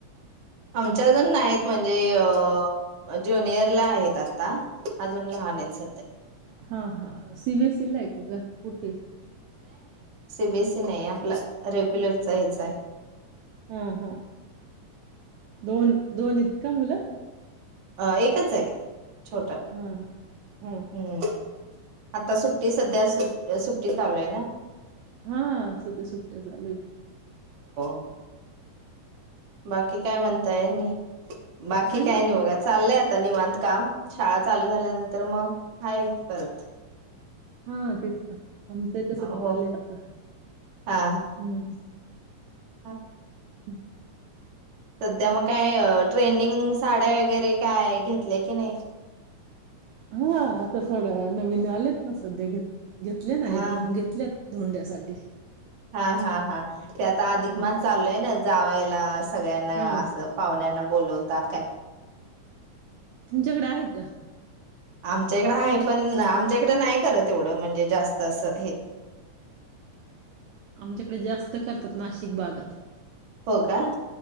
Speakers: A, on the right; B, on the right.
A: आमच्या अजून नाही क म्हणजे अ ज्युनियरला आहेत आता अजून लहान आहेत सध्या.
B: हा हा. सीबीएसई लाय क ग का कुठे?
A: सीबीएसी नाही आपला रेग्युलरचा ह्याच हे.
B: हा हा दोन दोन हेत का मुलं?
A: अ एकच आहे. छोटा
B: हां, हां. हां.
A: हम्म. आता सुट्टी सध्या सुट सुट्टी चालूय ना,
B: हा सध्या सुट्ट्या चालू.
A: हो. बाकी काय म्हणताय बाकी
B: काही
A: काय नाही
B: बाई.
A: बघा चाललंय आ. आता निवांत काम शाळा चालू झाल्यानंतर मग आहे परत.
B: हा तेच ना आमच ही तसंच
A: हो
B: चालतंय आता
A: हा
B: हम्म.
A: हा.
B: हम्.
A: सध्या मग काय ट्रेंडिंग साड्या वगैरे काय घेतल्या की नाही.
B: हा आता थोडं नवीन आलेत ना सध्या घेत. घेतले नाही
A: हा
B: दोन घेतलेत. धोंड्यासाठी
A: हा हा हा ते आता अधिक
B: हं,
A: मास चालू आहे ना. जावेयला. सगळ्यांना
B: हो.
A: असं पाहुण्याना बोलवता.
B: तुमच्याकडे आहे का.
A: आमच्या इकडं आहे पण आमच्या इकडे नाही करत एवढं म्हणजे जास्त असं हे.
B: आमच्याकडे जास्त करतात नाशिक भागात
A: हो का